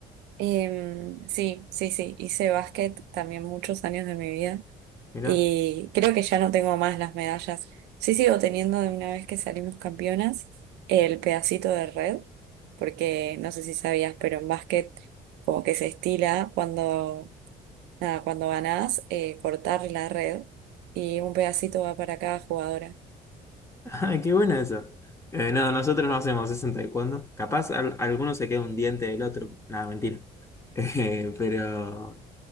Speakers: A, on the right; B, on the left.
A: Em, sí, sí, sí, hice básquet también muchos años de mi vida
B: Mirá.
A: y creo que ya no tengo más las medallas. Sí sigo teniendo de una vez que salimos campeonas el pedacito de red, porque no sé si sabías, pero en básquet como que se estila cuando, nada, cuando ganás eh, cortar la red y un pedacito va para cada jugadora.
B: Ah, qué buena esa. Eh, no, nosotros no hacemos eso en taekwondo. Capaz al- alguno se queda un diente del otro. Nada, mentira. <laughs> Eh, pero.